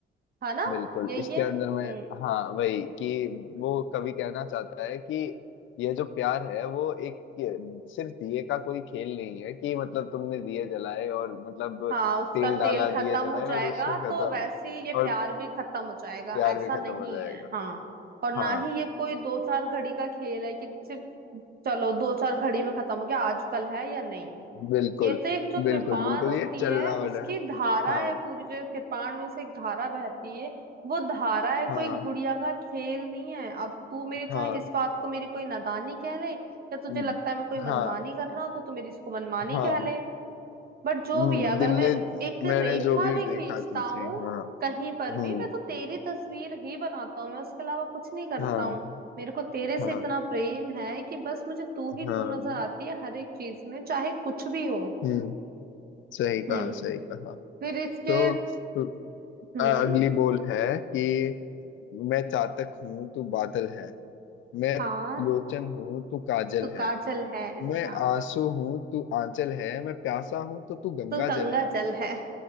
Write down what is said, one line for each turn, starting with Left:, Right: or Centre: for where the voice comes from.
Right: है ना
Left: बिल्कुल
Right: यही
Left: इसके
Right: है
Left: अंदर में
Right: हम्म
Left: हाँ वही कि वो कभी कहना चाहता है कि यह जो प्यार है वो एक सिर्फ दिए का कोई खेल नहीं है कि मतलब तुमने दिए जलाए और मतलब
Right: हाँ उसका
Left: तेल डाला
Right: तेल खत्म
Left: दिए जलाए
Right: हो जाएगा
Left: और उसमें खत्म
Right: तो वैसे ही ये प्यार
Left: और
Right: भी खत्म हो जाएगा
Left: प्यार
Right: ऐसा
Left: भी खत्म
Right: नहीं
Left: हो जाएगा
Right: है हाँ और ना
Left: हाँ
Right: ही ये कोई दो चार घड़ी का खेल है कि सिर्फ चलो दो चार घड़ी में खत्म हो गया आजकल है या नहीं
Left: बिल्कुल
Right: ये तो एक जो
Left: बिल्कुल
Right: कृपाण
Left: बिल्कुल
Right: होती
Left: ये चलना
Right: है उसकी
Left: वाला है।
Right: धारा
Left: हाँ
Right: है पूरी जो कृपाण में से एक धारा बहती है वो धारा है कोई
Left: हाँ
Right: गुड़िया का खेल नहीं है अब तू मेरी चाहे
Left: हाँ
Right: इस बात को मेरी कोई नादानी कह ले या तुझे
Left: हम्म,
Right: लगता है मैं कोई मनमानी
Left: हाँ
Right: कर रहा हूँ तो तू मेरी इसको मनमानी
Left: हाँ
Right: कह ले बट जो
Left: हम्म
Right: भी है, अगर
Left: दिल
Right: मैं
Left: ने
Right: एक
Left: मैंने
Right: रेखा
Left: जो भी
Right: भी खींचता
Left: देखा की
Right: हूँ
Left: थी हाँ
Right: कहीं पर
Left: हम्म
Right: भी मैं तो तेरी तस्वीर ही बनाता हूँ मैं उसके अलावा कुछ नहीं करता
Left: हाँ
Right: हूँ मेरे को तेरे से
Left: हाँ
Right: इतना प्रेम है कि बस मुझे तू ही
Left: हाँ
Right: तू नजर आती है हर एक चीज में चाहे कुछ भी हो
Left: हम्म सही कहा
Right: हम्म
Left: सही कहा
Right: फिर इसके
Left: तो तो,
Right: हम्म
Left: अ, अगली बोल है कि मैं चातक हूँ तू बादल है मैं
Right: हाँ
Left: लोचन हूँ तू काजल
Right: तू
Left: है
Right: काजल है
Left: मैं
Right: हाँ
Left: आंसू हूँ तू आंचल है मैं प्यासा हूँ तो तू गंगा
Right: तू गंगा
Left: जल है
Right: जल है